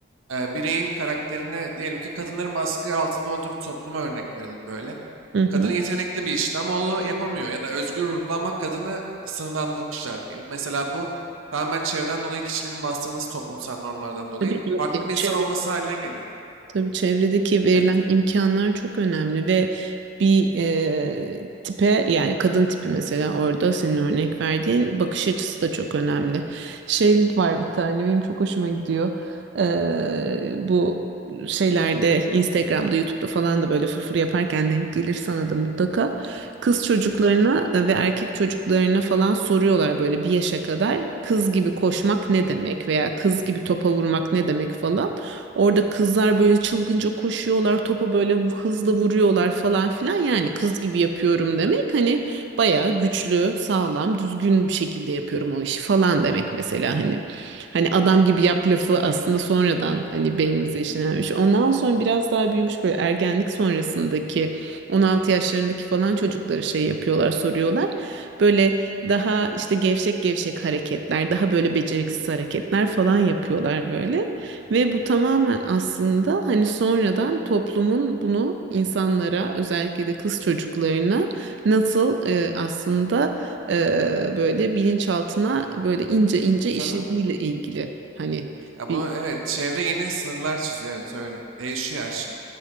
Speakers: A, on the right; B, on the right.
A: e, bireyin karakterine diyelim ki kadınların baskı altında olduğu bir topluma örnek verelim böyle.
B: Hı hı.
A: Kadın yetenekli bir işte ama onu yapamıyor ya da özgür ruhlu ama kadını sınırlandırmışlar diyelim. Mesela bu tamamen çevreden dolayı kişiliğinin bastırılması toplumsal normlardan dolayı
B: Tabii ki
A: farklı bir
B: çevre.
A: insan olması haline geliyor.
B: Tabii çevredeki verilen
A: Evet.
B: imkanlar çok önemli ve bir e, tipe yani kadın tipi mesela orada senin örnek verdiğin bakış açısı da çok önemli. Şey var bir tane benim çok hoşuma gidiyor. Ee, bu şeylerde Instagram'da YouTube'da falan da böyle fırfır yaparken denk gelir sana da mutlaka. Kız çocuklarına
A: Ne?
B: ve erkek çocuklarına falan soruyorlar böyle bir yaşa kadar kız gibi koşmak ne demek veya kız gibi topa vurmak ne demek falan. Orada kızlar böyle çılgınca koşuyorlar, topa böyle hızla vuruyorlar falan filan. Yani kız gibi yapıyorum demek. Hani bayağı güçlü, sağlam, düzgün bir şekilde yapıyorum o işi falan demek mesela hani. Hani adam gibi yap lafı aslında sonradan hani beynimize işlenmiş. Ondan sonra biraz daha büyümüş böyle ergenlik sonrasındaki 16 yaşlarındaki falan çocukları şey yapıyorlar, soruyorlar. Böyle daha işte gevşek gevşek hareketler, daha böyle beceriksiz hareketler falan yapıyorlar böyle. Ve bu tamamen aslında hani sonradan toplumun bunu insanlara özellikle de kız çocuklarına nasıl e, aslında e, böyle bilinçaltına böyle ince ince işlediğiyle
A: Tabii.
B: ilgili hani
A: Ya
B: bir.
A: bunu evet çevre yeni sınırlar çiziyor evet öyle. Değişiyor her şey.